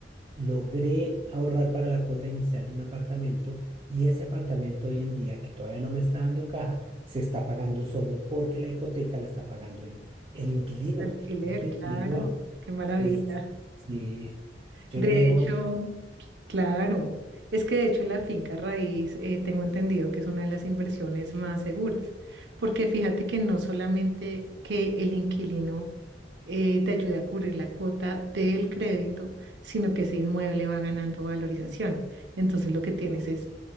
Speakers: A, on the right (about 30°); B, on the right (about 75°).
A: logré ahorrar para la cuota inicial de un apartamento y ese apartamento hoy en día, que todavía no me está dando caja, se está pagando solo porque la hipoteca la está pagando el, el inquilino.
B: El alquiler,
A: Y el
B: claro,
A: inquilino
B: qué maravilla.
A: es, sí, yo
B: De
A: le debo
B: hecho, claro, es que de hecho la finca raíz eh, tengo entendido que es una de las inversiones más seguras, porque fíjate que no solamente que el inquilino eh, te ayuda a cubrir la cuota del crédito, sino que ese inmueble va ganando valorización. Entonces lo que tienes es